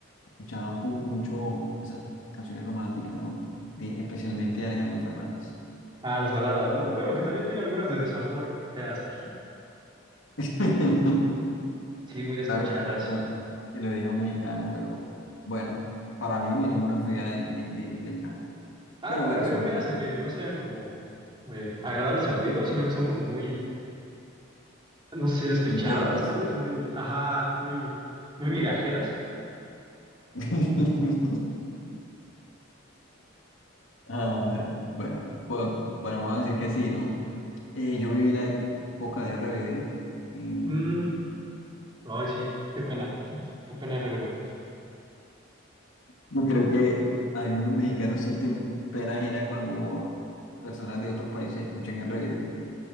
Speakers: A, on the left; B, on the right.
A: escuchaban pu- mucho esas canciones románticas, ¿no? De- especialmente de Alejandro Fernández.
B: Ah, las baladas, ¿no? Bueno, que también tiene algunas de desamor, feas.
A: <laughs>
B: Sí, muy despechadas.
A: Claro que, diga- que lo digo mexicano, pero bueno, para mí no hay ninguna fea de, de, de Alejandro.
B: Ah,
A: Pero
B: no
A: bueno,
B: me refiero
A: son
B: a feas a que no sean como eh, agradables al oído, sino que son como muy, no sé, despechadas,
A: muy lloronas.
B: tal vez, muy, ajá, muy, muy migajeras.
A: <laughs> Ah, bueno, pues, bueno, vamos a decir que sí, ¿no? Eh, yo viví la época de RBD. mm,
B: Mm, ay, sí, qué pena, qué pena RBD.
A: yo creo que algunos mexicanos sienten pena ajena cuando personas de otros países escuchan RBD.